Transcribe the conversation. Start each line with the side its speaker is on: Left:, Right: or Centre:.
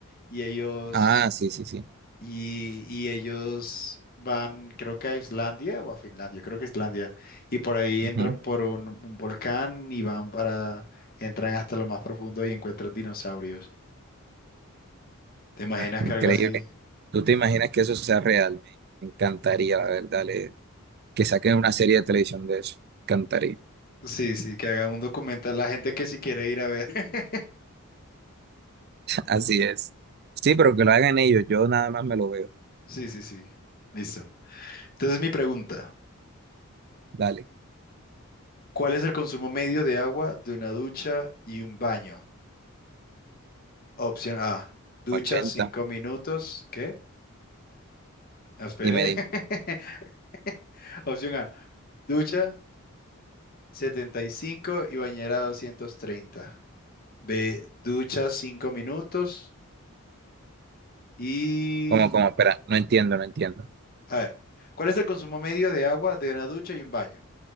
Left: y ellos,
Right: Ah, sí, sí, sí.
Left: y, y ellos van, creo que a Islandia o a Finlandia, creo que Islandia, y por ahí
Right: Ujú.
Left: entran por un, un volcán y van para, entran hasta lo más profundo y encuentran dinosaurios. ¿Te imaginas
Right: Ah, Increíble.
Left: que algo así?
Right: ¿Tú te imaginas que eso sea real? Me me encantaría, la verdad, le- que saquen una serie de televisión de eso. Encantaría.
Left: Sí, sí, que hagan un documental la gente que si quiere ir a ver. <laughs>
Right: <laughs> Así es. Sí, pero que lo hagan ellos. Yo nada más me lo veo.
Left: Sí, sí, sí. Listo. Entonces mi pregunta,
Right: Dale,
Left: ¿cuál es el consumo medio de agua de una ducha y un baño? Opción A, ducha
Right: ochenta
Left: cinco minutos. ¿Qué? No, Esperé.
Right: Dime, dime.
Left: <laughs> Opción A, ducha setenta y cinco y bañera 230. B, ducha 5 minutos y...
Right: ¿Cómo, cómo? Espera, no entiendo, no entiendo.
Left: A ver, ¿cuál es el consumo medio de agua de una ducha y un baño?